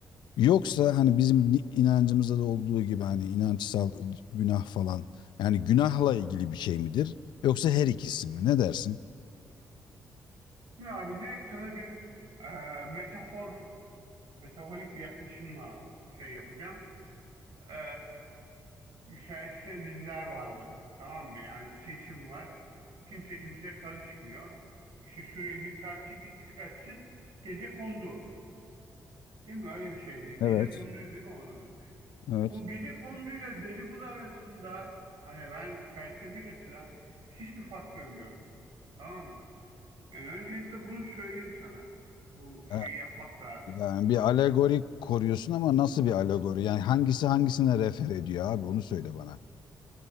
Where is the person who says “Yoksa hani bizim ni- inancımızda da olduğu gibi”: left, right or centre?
Left